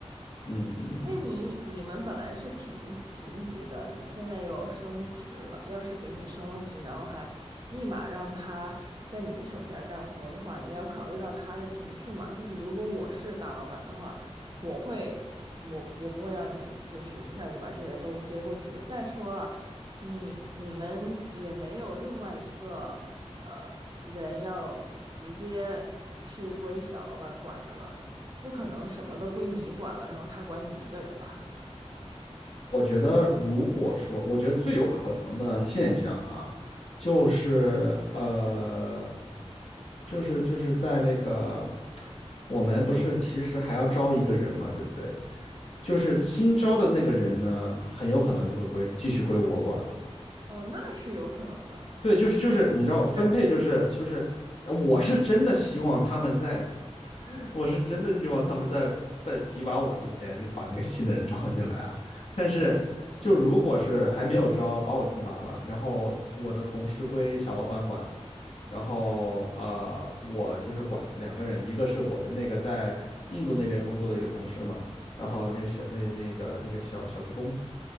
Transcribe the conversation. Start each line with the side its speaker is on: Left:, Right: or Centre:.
Left: 嗯嗯嗯，
Right: 因为你你们本来是平平级的，你现在又升职了。要是给你升了职，然后还立马让他在你手下干活的话，你也要考虑到他的情绪嘛。就是如果我是大老板的话，我会我我不会让你就是一下子把这些都接过去的。再说了，你你们也没有另外一个呃人要直接是归小老板管的了。不可能什么都归你管了，然后他管你一个人吧？
Left: 我觉得如果说，我觉得最有可能的现象啊，就是呃，就是就是在那个我们不是其实还要招一个人嘛，对不对？就是新招的那个人呢，很有可能就会归继续归我管了。
Right: 哦，那是有可能的，
Left: 对，就是就是，你知道分配就是就是，
Right: 是
Left: 呃我是真的希望他们在，<laughs> 我是真的希望他们在在提拔我之前就把那个新的人招进来啊。但是就如果是还没有招，把我提拔了，然后我的同事归小老板管，然后呃，我就是管两个人，一个是我的那个在印度那边工作的一个同事嘛，然后那个小那那个那个小小职工，